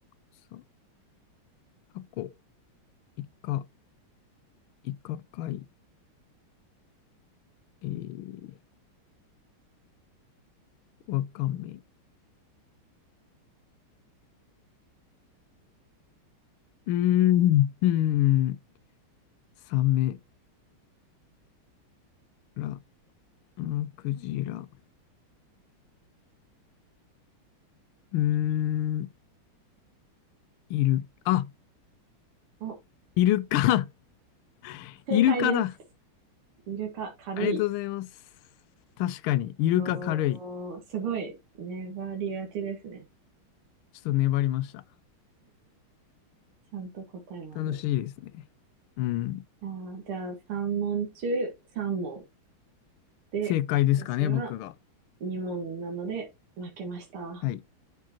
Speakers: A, on the left; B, on the right.
A: さ、タコ、イカ、イカ貝、えーわかめ、うーん、うーん、サメラ、うんクジラ、うーん、イル、あ、
B: お、
A: イルカ、<laughs>
B: 正解です。
A: イルカだ。
B: イルカ、軽い。
A: ありがとうございます。確かに、イルカ軽い。
B: おー、すごい、粘りがちですね。
A: ちょっと粘りました。
B: ちゃんと答えまで。
A: 楽しいですね。うん、
B: あー、じゃあ、3問中3問で、
A: 正解ですかね、
B: 私は
A: 僕が。
B: 2問なので負けました。あ
A: はい、